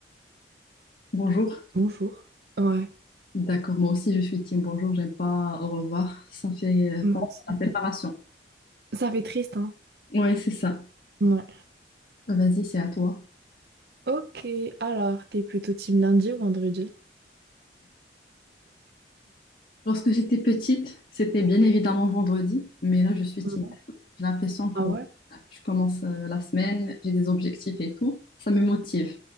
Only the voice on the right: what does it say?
bonjour. Ouais,
moi
aussi.
Ça fait triste, hein?
Ouais.
Ok, alors, t'es plutôt team lundi ou vendredi?
Non.
Ah ouais?